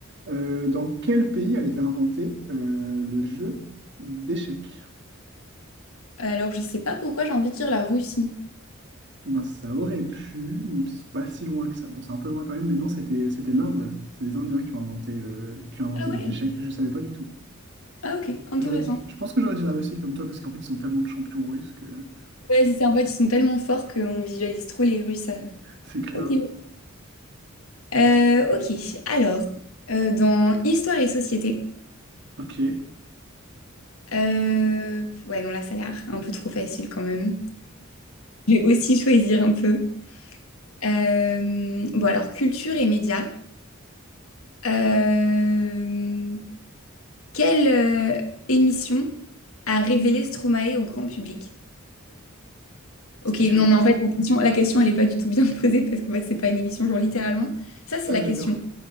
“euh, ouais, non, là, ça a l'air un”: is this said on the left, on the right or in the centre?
Left